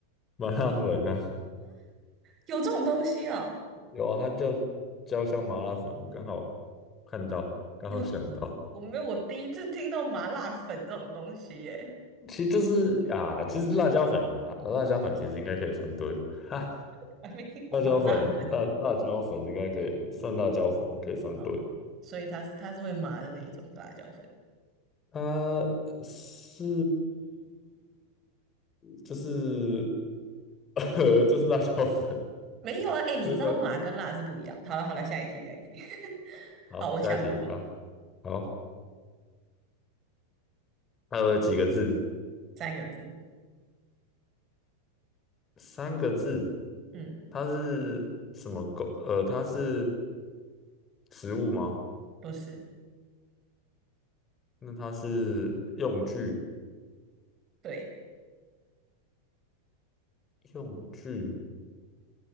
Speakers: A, on the left; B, on the right.
A: 麻辣粉啊，
B: 有这种东西啊？
A: 有啊，它叫焦香麻辣粉，我刚好看到，刚好想到，
B: 有，我没有，我第一次听到麻辣粉这种东西耶，
A: 其实就是啊，其实辣椒粉啊，辣椒粉其实应该可以成堆，哈。
B: <laughs> 还没听过麻辣粉
A: 辣椒粉，辣辣椒粉应该可以算辣椒粉，可以算对。
B: 啊。所以它是它是会麻的那一种辣椒粉。
A: 它是就是 <laughs> 就是辣椒粉，
B: 没有啊，哎，你知道麻跟辣是不一样。
A: 真的。
B: 好了好了，下一题下一题。<laughs>
A: 好，
B: 好，我想好了，
A: 下一题，好，好，它有几个字？
B: 三个字。
A: 三个字。
B: 嗯，
A: 它是什么工？呃，它是食物吗？
B: 不是，
A: 那它是用具，
B: 对，
A: 用具，